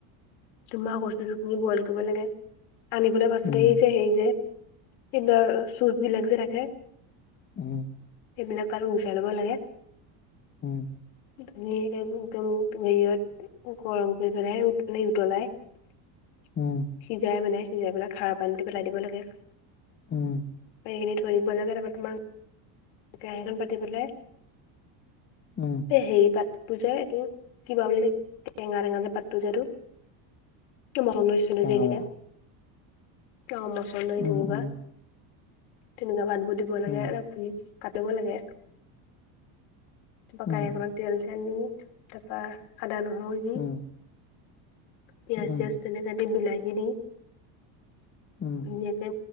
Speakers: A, on the left (about 80°); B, on the left (about 25°).
A: তোমাৰ <unintelligible> তুমি বইল কৰিব লাগে। আনি পেলাই বাচোঁতে,
B: উম
A: এই যে, সেই যে <unintelligible> বিলাক যে থাকে।
B: উম!
A: সেইবিলাক আৰু গুচাই ল'ব লাগে।
B: উম!
A: <unintelligible> উতলাই
B: উম
A: সিজাই মানে, সিজাই পেলাই খাৰ পানীটো পেলাই দিব লাগে।
B: উম
A: সেইখিনি ধৰিব লাগে, তাৰপা তোমাক কেৰাহীখন পাতি বলে
B: উম
A: এ হেৰী পাতটো যে, এইটো কিবা বুলি টেঙা- টেঙা যে পাতটো যে এটো তোৰ মৰ্টন লৈছিলে
B: টেঙা
A: যে এইকেইটাই
B: মৰা
A: অহ, মছন্দৰী‌
B: উম
A: চিঙিবা,
B: উম
A: তেনেকুৱা পাটবোৰ দিব লাগে।
B: উম
A: কাটিব লাগে। তাৰপা কাঁহি
B: উম
A: এখনত তেল চেল দি তাৰপা আদা নহৰু দি
B: উম
A: পিয়াজ
B: উম
A: -চিয়াজ তেনেকে দি বিলাহী দি
B: উম
A: ধুনীয়াকে